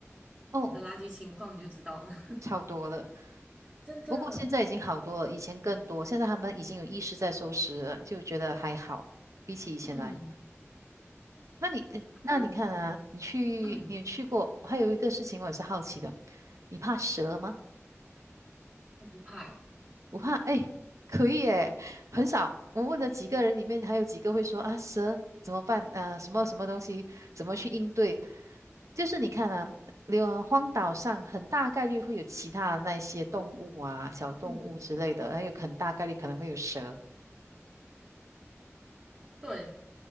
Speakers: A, on the right (about 80°); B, on the right (about 20°).
A: 哦，
B: 的垃圾情况，你就知道了，<laughs>
A: 超多了。
B: 真的，
A: 不过现在已经好多了，以前更多。现在他们已经有意识在收拾了，就觉得还好，比起以前来。
B: 嗯，
A: 那你那你看啊，
B: 好，
A: 你去，
B: 嗯，
A: 你有去过？还有一个事情我也是好奇的，你怕蛇吗？
B: 不怕欸
A: 我怕，哎，可以耶，很少。我问的几个人里面，还有几个会说啊，蛇怎么办？啊，什么什么东西，怎么去应对？就是你看啊，有荒岛上很大概率会有其他的那些动物啊、小动物之类的，
B: 嗯，
A: 还有很大概率可能会有蛇。
B: 对，